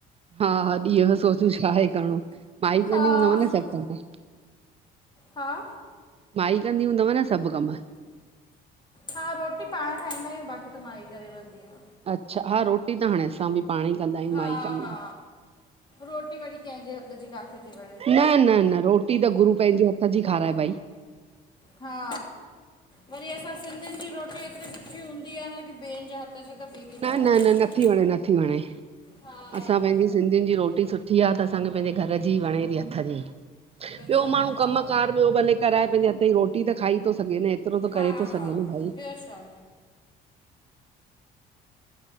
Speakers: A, on the right; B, on the left.
A: हा हा ॾींह यो सोचूं छा आहे करणो? माई ॿ
B: हा
A: कंदी हूंदव न सभ कम त
B: हा।
A: माई कंदी हूंदव न सभ कम?
B: हा रोटी पाण ठाहींदा आहियूं बाक़ी त मांई करे वेहंदी आ।
A: अच्छा हा रोटी त हाणे असां बि पाण ई कंदा आहियूं
B: हा
A: माई कम
B: हा रोटी वरी कंहिंजे हथ जी किथे थी वणे
A: न न न रोटी टी त गुरू पहिंजे हथ जी खाराए भाई।
B: हा वरी असां सिंधियुनि जी रोटी एतिरी सुठी हूंदी आह न की ॿियन जे हथ जी। त ॿी बि
A: न
B: वणंदी
A: न न
B: आहे
A: नथी वणे नथी वणे
B: हा
A: असां पहिंजी सिंधियुनि जी रोटी सुठी थी आह त असांखे पहिंजे घर जी ही वणे थी हथ जी ॿियो
B: छा
A: माण्हू
B: हा
A: कमकार ॿियो भले। कराए पहिंजे हथ जी रोटी त खाई थो सघे न एतिरो त
B: हा
A: करे थो सघे
B: हा
A: न भाई।
B: ॿियो छा